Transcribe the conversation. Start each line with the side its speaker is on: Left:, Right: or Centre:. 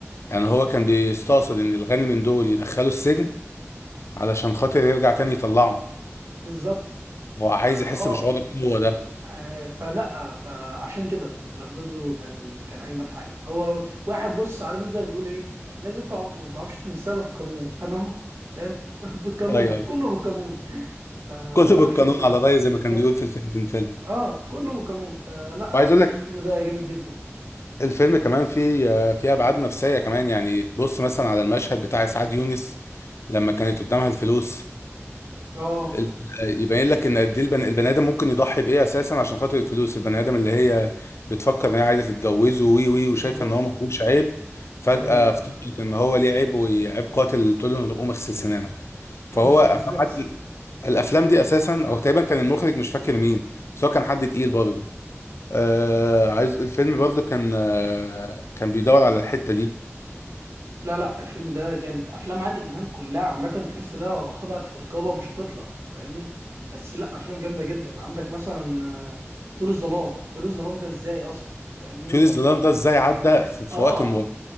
Left: يعني هو كان بيستقصد إن الغني من دول يدخلوا السجن علشان خاطر يرجع تاني يطلعه
Right: بالظبط
Left: هو عايز
Right: فا اه
Left: يحس بشعور القوة ده
Right: آه، فلا فعشان كده الافجادو كان كان اجمل حاجه هو واحد بص عارف انت زي ما بيقولوا ايه الناس انت ما بتعرفش تمثلها في القانون فانا اهو فاهم <laughs> بالقانون
Left: أيوه أيوه
Right: كله بالقانون آه
Left: كله بالقانون
Right: عشان كده
Left: على رأيه زي ما
Right: بالظبط
Left: كان بيقول في الفيلم في الفيلم
Right: اه كله بالقانون فلا
Left: وعايز
Right: يعني
Left: أقول لك
Right: الفيلم ده جامد جدا
Left: الفيلم كمان فيه فيه أبعاد نفسية كمان يعني تبص مثلا على المشهد بتاع إسعاد يونس لما كانت قدامها الفلوس
Right: اه
Left: ال- يبين لك ان قد ايه البن- البني ادم ممكن يضحي بايه اساسا عشان خاطر الفلوس البني ادم اللي هي بتفكر ان هي عايزه تتجوزه وي وي وشايفه
Right: بالظبط
Left: ان هو ما فيهوش عيب فجاه
Right: ايوه ايوه
Left: افتكرت ان هو ليه عيب وعيب قاتل تقول له قوم اغسل سنانك
Right: مصر
Left: فهو افلام
Right: بالظبط
Left: عادل الافلام دي اساسا او تقريبا كان المخرج مش فاكر مين بس هو كان حد تقيل برضه آه عايز الفيلم برضه كان آه كان بيدور على الحته دي
Right: لا لا الفيلم ده جامد افلام عادل امام كلها عامه تحس لا خضعت للرقابه مش هتطلع فاهمني بس لا افلام جامده جدا عندك مثلا آه، طيور الظلام طيور الظلام ده ازاي اصلا فاهمني
Left: كيوريوس زلاند ده ازاي عدى في, في
Right: اه
Left: وقت مبارك